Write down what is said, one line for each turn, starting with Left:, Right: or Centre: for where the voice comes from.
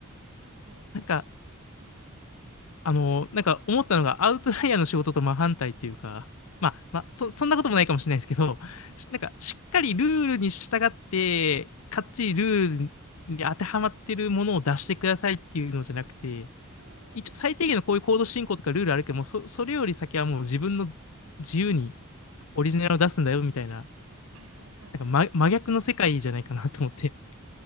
Right: そうそ
Left: なんか、
Right: う。うん。
Left: あの、なんか思ったのが、アウトライヤーの仕事と真反対っていうか、まあ、まあ、そ、
Right: うん
Left: そんなこともないかもしれないですけど、
Right: うん
Left: しなんか、しっかりルールに従って、かっちりルールに当てはまってるものを出してくださいっていうのじゃなくて、
Right: うんうんうん
Left: 一応最低限のこういうコード進行とかルールあるけども、そ、それより先はもう自分の自由に
Right: うんうん。あ、
Left: オリジナルを出すんだよみたいな、
Right: はいはいはいはい。
Left: なんか真、真逆の世界じゃないかなと思って。